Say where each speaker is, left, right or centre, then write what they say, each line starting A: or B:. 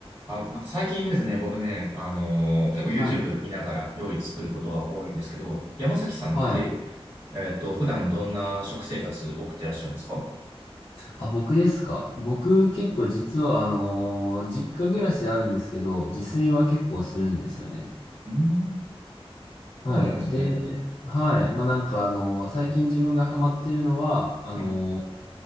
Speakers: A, on the left (about 25°); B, on the left (about 65°).
A: あ、なんか最近ですね、僕ね、あのー結構 YouTube
B: はい。
A: 見ながら料理作ることが多いんですけど、山崎さんって、
B: はい。
A: えっと、普段どんな食生活送ってらっしゃるんですか
B: あ、僕ですか。僕結構実はあのー実家暮らしではあるんですけど、自炊は結構するんですよね。
A: うん、
B: はい。
A: そうなんですね。
B: で、はい。まあ、なんかあのー最近自分がハマってるのは、あのー
A: はい。